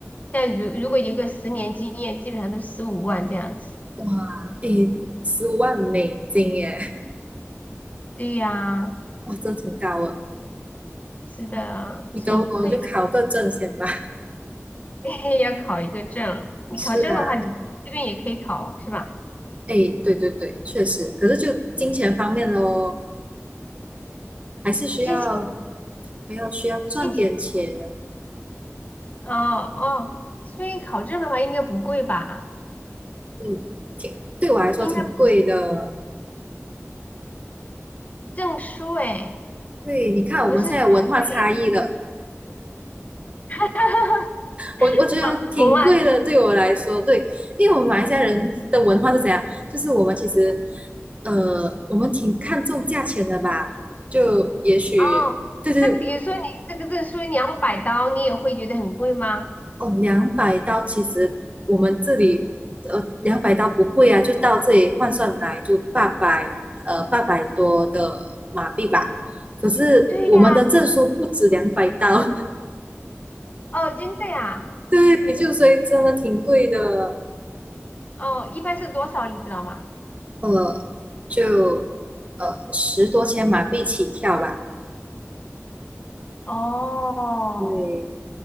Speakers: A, on the left (about 35°); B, on the right (about 30°).
A: 像如如果有个十年经验，基本上都十五万这样子。
B: 哇，诶，十五万美金耶，
A: 对呀，
B: <laughs> 哇，这挺高了。
A: 是的，
B: 你等我就考个证先吧。
A: 所以会 <laughs> 计要考一个证。你考证的话，
B: <laughs> 是啊，
A: 你这边也可以考，是吧？
B: 诶，对对对，确实，可是就金钱方面咯，还是需要
A: 今天
B: 还要需要赚点钱，
A: 今天哦哦，所以考证的话应该不贵吧？
B: 嗯，挺对我来说挺贵的。
A: 应该不是证书诶，
B: 对，你看我们现在文化差异了，
A: 不是学费。<laughs>
B: 我我觉得挺贵的，
A: 我们
B: 对我来说，对，因为我们马来西亚人的文化是怎样？就是我们其实，呃，我们挺看重价钱的吧？就也许，
A: 哦，
B: 对对对，
A: 那比如说你这个证书两百刀，你也会觉得很贵吗？
B: 哦，两百刀，其实我们这里，呃，两百刀不贵啊，就到这里换算来就八百，呃，八百多的马币吧。可是我们的证书不止两百刀，
A: 对呀，哦，真的呀，
B: 对，就所以真的挺贵的，
A: 哦，一般是多少你知道吗？
B: 呃，就呃十多千马币起跳吧。
A: 哦，
B: 对